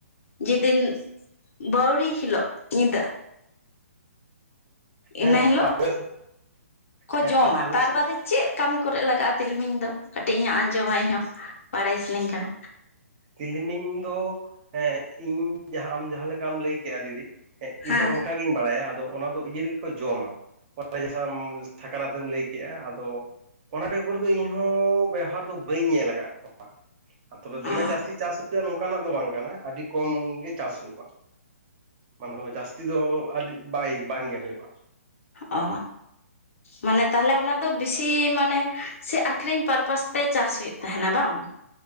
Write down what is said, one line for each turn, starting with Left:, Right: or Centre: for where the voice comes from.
Left: ᱡᱮᱛᱮᱤᱱ ᱵᱟᱣᱲᱤ ᱦᱤᱞᱟᱹᱜ ᱧᱤᱫᱟᱹ
Right: ᱦᱮᱸ
Left: ᱤᱱᱟᱹ
Right: ᱦᱮᱸ
Left: ᱦᱤᱞᱳᱜ
Right: ᱟᱞᱮ ᱥᱮᱫ
Left: ᱠᱚ
Right: ᱦᱮᱸ
Left: ᱡᱚᱢᱟ
Right: ᱟᱞᱮ
Left: ᱛᱟᱨ
Right: ᱥᱮᱱᱟᱜ
Left: ᱵᱟᱫᱮ ᱪᱮᱫ ᱠᱟᱹᱢᱤ ᱠᱚᱨᱮᱜ ᱞᱟᱜᱟᱜᱼᱟ ᱛᱤᱞᱢᱤᱧ ᱫᱚ ᱠᱟᱹᱴᱤᱡ ᱤᱧ ᱟᱸᱡᱚᱢᱟ ᱤᱧ ᱦᱚᱸ ᱵᱟᱲᱟᱭ ᱥᱟᱱᱟᱧ ᱠᱟᱱᱟ
Right: ᱛᱤᱞᱤᱢᱤᱧ ᱫᱚ ᱮᱸ ᱤᱧ ᱡᱟᱦᱟᱸ ᱟᱢ ᱡᱟᱦᱟᱸ ᱞᱮᱠᱟᱢ ᱞᱟᱹᱭ ᱠᱮᱫᱮᱜᱼᱟ ᱫᱤᱫᱤ
Left: ᱦᱮᱸ
Right: ᱤᱧᱦᱚᱸ ᱚᱱᱠᱟ ᱜᱤᱧ ᱵᱟᱲᱟᱭᱟ ᱟᱫᱚ ᱚᱱᱟ ᱫᱚ ᱤᱭᱟᱹ ᱨᱮᱜᱮ ᱠᱚ ᱡᱚᱢᱟ <unintelligible> ᱥᱟᱠᱨᱟᱛᱮᱢ ᱞᱟᱹᱭ ᱠᱮᱫᱮᱜᱼᱟ ᱟᱫᱚ ᱚᱱᱟ ᱵᱮᱜᱚᱨ ᱫᱚ ᱤᱧᱦᱚᱸ ᱵᱮᱣᱦᱟᱨ ᱫᱚ ᱵᱟᱹᱧ ᱧᱮᱞ ᱟᱠᱟᱫ ᱠᱚᱣᱟ ᱛᱚᱵᱮ ᱫᱚᱢᱮ
Left: ᱚ
Right: ᱡᱟᱹᱥᱛᱤ ᱪᱟᱥ ᱱᱚᱝᱠᱟᱱᱟᱜ ᱫᱚ ᱵᱟᱝ ᱠᱟᱱᱟ ᱟᱹᱰᱤ ᱠᱚᱢ ᱜᱮ ᱪᱟᱥ ᱦᱩᱭᱩᱜᱼᱟ ᱢᱟᱱᱮ ᱫᱚᱢᱮ ᱡᱟᱹᱥᱛᱤ ᱫᱚ ᱟᱹᱰᱤ ᱵᱟᱭ ᱵᱟᱝᱜᱮ ᱦᱩᱭᱩᱜᱼᱟ
Left: ᱚ ᱢᱟᱱᱮ ᱛᱟᱦᱚᱞᱮ ᱚᱱᱟ ᱫᱚ ᱵᱤᱥᱤ ᱢᱟᱱᱮ ᱥᱮ ᱟᱠᱷᱨᱤᱧ ᱯᱟᱨᱯᱟᱥ ᱛᱮ ᱪᱟᱥ ᱦᱩᱭᱩᱜ ᱛᱟᱦᱮᱱᱟ ᱵᱟᱝ